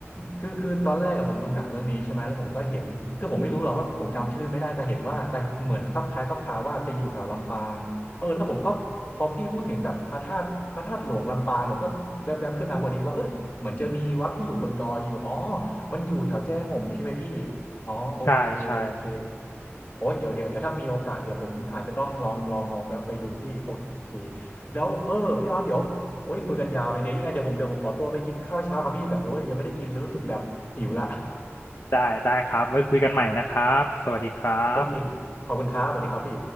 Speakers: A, on the left (about 45°); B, on the left (about 65°).
A: คือคือตอนแรกกับผมดูหนังเรื่องนี้ใช่ไหมแล้วผมก็เห็นคือผมไม่รู้หรอกว่าผมจำชื่อไม่ได้แต่เห็นว่าแต่เหมือนคลับคล้ายคลับคาว่าจะอยู่แถวลำปางเออแล้วผมก็พอพี่พูดถึงแบบพระธาตุพระธาตุหลวงลำปางผมก็แวบๆขึ้นมาพอดีว่าเออเหมือนจะมีวัดที่อยู่บนดอยอยู่อ๋อมันอยู่แถวแจ้ห่มใช่ไหมพี่อ๋อโอเคโอเค
B: ใช่ใช่
A: โอ้ยเดี๋ยวเดี๋ยวเดี๋ยวถ้ามีโอกาสเดี๋ยวผมอาจจะต้องลองลองลองแวบไปดูพี่โอเคแล้วเออพี่ร้อนเดี๋ยว โอ้ยคุยกันยาวเลยเดี๋ยวยังไงเดี๋ยวผมเดี๋ยวผมขอตัวไปกินข้าวเช้าครับพี่แบบโอ้ยยังไม่ได้กินเลยรู้สึกแบบหิวละ
B: ได้ได้ครับไว้คุยกันใหม่นะครับสวัสดีครับ
A: <laughs> โอเคขอบคุณครับสวัสดีครับพี่